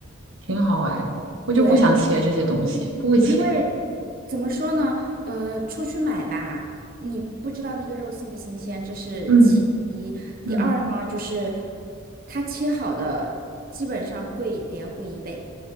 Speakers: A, on the right; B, on the right.
A: 挺好哎，我就不想切这些东西，
B: 对，
A: 不会切。
B: 因为怎么说呢？呃，出去买吧，你不知道那个肉新不新鲜，这是其一。
A: 嗯嗯。
B: 第二呢，就是它切好的，基本上贵得要贵一倍。